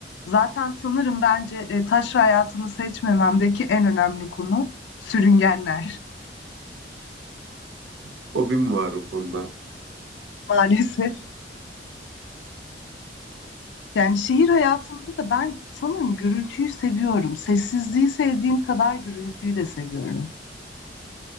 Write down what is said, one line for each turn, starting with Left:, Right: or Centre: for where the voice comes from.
Left: Zaten sanırım bence e, taş hayatını seçmememdeki en önemli konu sürüngenler <laughs>
Right: Fobim var o konuda.
Left: maalesef. Yani şehir hayatında da ben sanırım gürültüyü seviyorum. Sessizliği sevdiğim kadar gürültüyü de seviyorum.